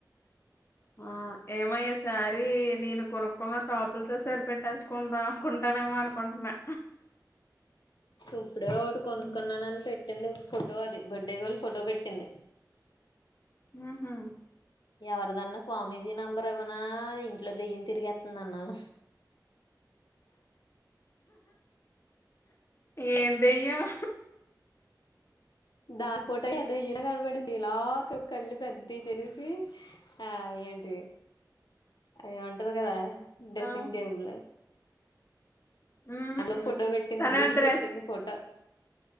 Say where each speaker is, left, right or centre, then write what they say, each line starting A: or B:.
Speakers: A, on the left; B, on the left.
A: ఆ ఏమయ్య సారి నేను కొనుక్కొన్న టాపులతో సరిపేట్టేస్త కుంటా కుంటానేమో అనుకుంటున్నా
B: ఇప్పుడే ఒకటి కొనుక్కున్నానని
A: ఉ
B: పెట్ కిందటి ఫోటో అది బర్డే గర్ల్ ఫోటో పెట్టింది.
A: ఉహ్ హూ
B: ఎవరిదన్నా స్వామీజీ నంబర్ ఇవ్వనా ఇంట్లో దెయ్యం తిరిగేత్తందన్నవు
A: ఎం దెయ్యం
B: దా ఫోటోయే దెయ్యంలా కనబడింది ఇలాగా కళ్ళు పెద్దయి చేసేసి ఆ ఏంటి ఏమో అంటారు కదా డెస్సింగ్
A: ఆ
B: టేబుల
A: ఉహు
B: అందులొ ఫోటో పెట్టింది
A: తన
B: దిగి
A: డ్రెస్
B: పెట్టింది ఫోటో